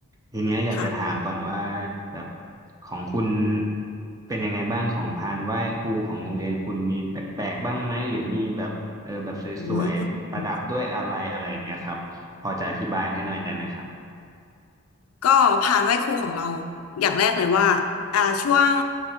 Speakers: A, on the right; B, on the left.
A: ทีเนี้ยอยากจะถามก่อนว่า
B: ค่ะ
A: แบบของคุณเป็นยังไงบ้างของพานไหว้ครูของโรงเรียนคุณมีแปลกๆบ้างไหมหรือมีแบบเออแบบสวยๆประดับด้วยอะไรอะไรอย่างเงี้ยครับพอจะอธิบายให้หน่อยได้ไหมครับ
B: อืม ก็ผ่านไหว้ครูของเราอย่างแรกเลยว่าอ่าช่วง